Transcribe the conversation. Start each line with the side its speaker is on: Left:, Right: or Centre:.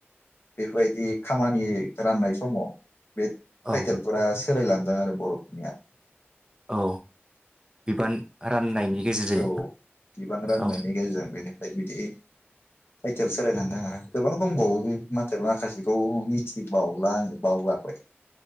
Left: बेफोरबायदि खामानि राननाय समाव बे
Right: औ
Left: टाइटेलफोरा सोलायलांदों आरो बर'फोरनिया
Right: औ बिबान राननायनि गेजेरजों
Left: औ बिबां राननायनि
Right: औ
Left: गेजेरजों बेनिफ्राय बिदि टाइटेल सोलायनानै थांङो गोबां दंबावो बे माथाय माखासेखौ मि ए बावला आङो बावगारबाय।